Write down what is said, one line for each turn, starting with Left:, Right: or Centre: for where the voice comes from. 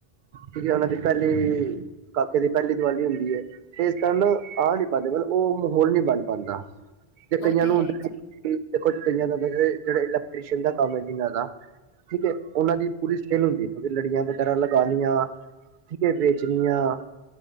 Right: ਕਿਉਕਿ ਉਹਨਾਂ ਦੀ ਪਹਿਲੀ। ਕਾਕੇ ਦੀ ਪਹਿਲੀ ਦੀਵਾਲੀ ਹੁੰਦੀ ਏ। ਤੇ ਇਸ ਤਰ੍ਹਾਂ ਨਾ ਆਹ ਨੀ ਪਾਉਂਦੇ ਮਤਲਬ, ਉਹ ਮਾਹੌਲ ਨਹੀਂ ਬਣ ਪਾਉਂਦਾ। ਜ ਕਈਆਂ
Left: ਉਹ ਤੇ
Right: ਨੂੰ
Left: ਹੈ
Right: ਹੁੰ
Left: ਹੀ ਜੀ
Right: ਦੇੋ ਕਈਆਂ ਹੁੰ ਜਿਹੜਾ ਇਲੈਕਟ੍ਰੀ ਦਾ ਕੰਮ ਹੈ। ਜਿਨਾਂ ਦਾ। ਠੀਕ ਉਹਨਾਂ ਦੀ ਪੂਰੀ ਸੇਲ ਹੁੰਦੀ ਲੜੀਆਂ ਵਗੈਰਾ ਲਗਾਾਨੀਆਂ ਠੀਕ ਹੈ ਵੇਚਣ। ਜ ਹਾਂ